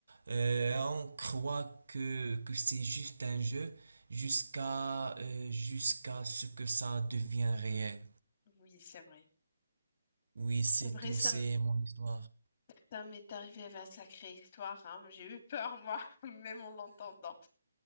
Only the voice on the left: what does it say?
Oui, c'est vrai.
C'est vrai,
ça
m-
ça m'est arrivé avec un sacré histoire. hein. J'ai eu peur, moi, <laughs> même en l'entendant.